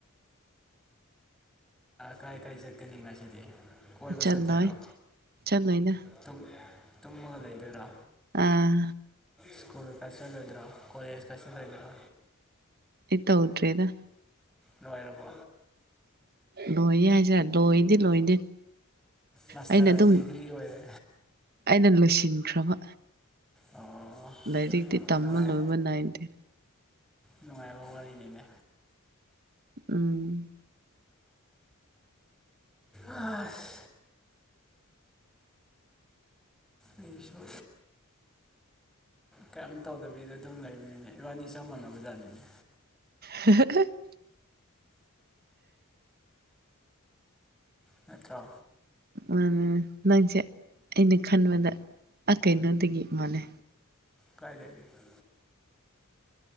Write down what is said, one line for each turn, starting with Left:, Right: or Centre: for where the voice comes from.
Centre: ꯀꯥꯏ ꯀꯥꯏ ꯆꯠꯀꯅꯤ ꯉꯁꯤꯗꯤ ꯀꯣꯏꯕ
Right: ꯆꯠꯂꯣꯏ
Centre: ꯆꯠꯇꯣꯏꯔꯣ
Right: ꯆꯠꯂꯣꯏꯗ
Centre: ꯇꯨꯝꯃ ꯇꯨꯝꯃꯒ ꯂꯩꯗꯣꯏꯔꯣ
Right: ꯑꯥ
Centre: ꯁ꯭ꯀꯨꯜ ꯆꯠꯂꯣꯢꯗ꯭ꯔꯥ ꯀꯣꯂꯦꯖ ꯀ ꯆꯠꯂꯣꯢꯗ꯭ꯔꯥ
Right: ꯑꯩ ꯇꯧꯗ꯭ꯔꯤꯗ
Centre: ꯂꯣꯏꯔꯕ
Right: ꯂꯣꯏ ꯍꯥꯏꯁꯦ ꯂꯣꯏꯗꯤ ꯂꯣꯏꯗꯦ
Centre: ꯃꯥꯁꯇꯔ
Right: ꯑꯩꯅ ꯑꯗꯨꯝ
Centre: ꯗꯤꯒ꯭ꯔꯤ ꯑꯣꯏꯌꯦ
Right: ꯑꯩꯅ ꯂꯣꯏꯁꯤꯟꯈ꯭ꯔꯕ
Centre: ꯑꯣ
Right: ꯂꯥꯏꯔꯤꯛꯇꯤ ꯇꯝꯕ
Centre: ꯅꯨꯡꯉꯥꯏ
Right: ꯂꯣꯏꯕ ꯅꯥꯏꯗꯦ
Centre: ꯅꯨꯡꯉꯥꯏꯕ ꯋꯥꯔꯤꯅꯤꯅꯦ
Right: ꯎꯝ
Centre: ꯑꯥꯁ ꯑꯩꯁꯨ ꯀꯔꯤꯝ ꯇꯧꯗꯕꯤꯗ ꯑꯗꯨꯝ ꯂꯩꯕꯅꯤꯅꯦ ꯏꯕꯥꯅꯤ ꯆꯞ ꯃꯥꯟꯅꯕꯖꯥꯠꯅꯤꯅꯦ
Right: ꯍ° ꯍ ꯍ <unintelligible>
Centre: ꯅꯠꯇ꯭ꯔꯣ
Right: ꯃꯥꯅꯦ ꯅꯪꯁꯦ ꯑꯩꯅ ꯈꯟꯕꯗ ꯀꯩꯅꯣꯗꯒꯤ ꯃꯥꯜꯂꯦ
Centre: ꯀꯥꯏ ꯂꯩꯔꯝꯃꯤꯕ